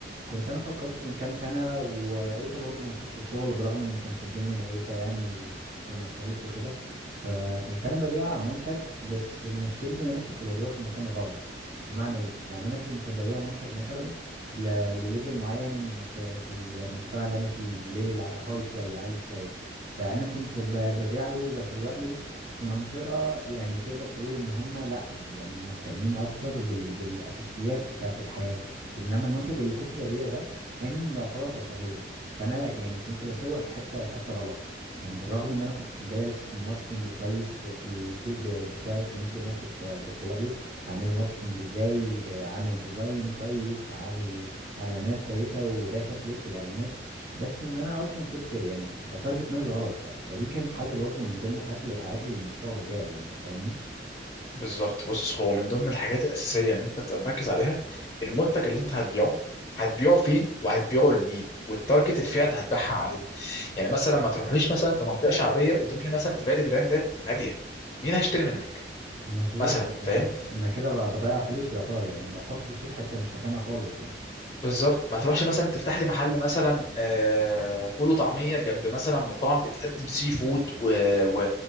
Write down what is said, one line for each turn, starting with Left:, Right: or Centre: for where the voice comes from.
Right: كنت انا فكرت من كام سنه وقلت برضو ما اسيبش الشغل برغم ان كانت الدنيا مقرفه يعني و... والمصاريف وكده فكنت انا ببيع منتج بس مشكلتي ان انا كنت ببيعه في مكان غلط بمعنى ايه يعني انا كنت ببيع منتج مثلا ل... لليفل معين في في المجتمع اللي انا فيه ليفل هاي شويه عالي شويه فانا كنت ب... ببيع له وبسوق له في منطقة يعني تقدر تقول ان هم لا يعني مهتمين اكتر بال... بالاساسيات بتاعة الحياة انما المنتج اللي كنت ببيعه ده كان يعتبر رفاهية فانا يعني كنت بسوق في حتة في حتة غلط يعني بالرغم ان انا كنت دارس ماركتنج كويس في في السوق ب- بتاعي في المنتج اللي انا كنت بسوق له هعمله ماركتنج ازاي آه، عامل ديزاين كويس عامل اعلانات كويسة ودافع فلوس الاعلانات بس ان انا اصلا كنت يعني بتارجت ناس غلط ف... فدي كانت حاجه برضو من ضمن الحاجات اللي وقعت لي المشروع بتاعي يعني فاهمني
Left: بالظبط بص هو من ضمن الحاجات الأساسية إن أنت تبقى مركز عليها المنتج اللي أنت هتبيعه هتبيعه فين وهتبيعه لمين والتارجت الفئة اللي هتبيعها عليه يعني مثلا ما تروحليش مثلا في منطقة شعبية وتروح لي مثلا تبيع لي براندات غالية مين هيشتري منك
Right: مظبوط
Left: مثلا
Right: انا
Left: فاهم
Right: انا كده ب- بضيع فلوسي يا طار يعني بحط فلوسي في حته مش مكانها خالص يعني
Left: بالظبط ما تروحش مثلا تفتح لي محل مثلا آه، فول وطعمية جنب مثلا مطاعم بتقدم سي فود وبرجرز و...